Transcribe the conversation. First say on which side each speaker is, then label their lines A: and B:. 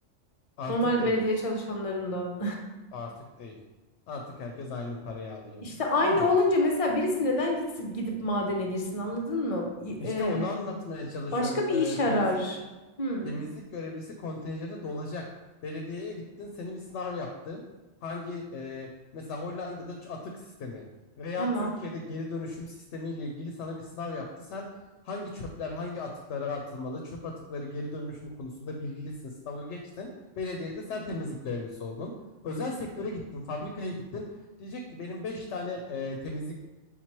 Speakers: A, on the left; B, on the left.
A: artık
B: Normal
A: değil.
B: belediye çalışanlarından.
A: Artık değil. Artık herkes aynı parayı alıyor.
B: İşte aynı
A: Şimdi
B: olunca mesela birisi neden gitsin, gidip madene girsin anladın mı? Y- eee,
A: işte onu anlatmaya çalışıyorum.
B: başka bir
A: Ee,
B: iş arar.
A: temizlik
B: Hmm,
A: Temizlik görevlisi kontenjanı dolacak. Belediyeye gittin seni bir sınav yaptı. Hangi e, mesela Hollanda'da ç- atık sistemi veya
B: tamam.
A: Türkiye'de geri dönüşüm sistemiyle ilgili sana bir sınav yaptı. Sen hangi çöpler hangi atıklara atılmalı? Çöp atıkları geri dönüşüm konusunda bilgilisin. Sınavı geçtin. Belediyede sen temizlik görevlisi oldun. Özel sektöre gittin, fabrikaya gittin. Diyecek ki benim 5 tane e, temizlik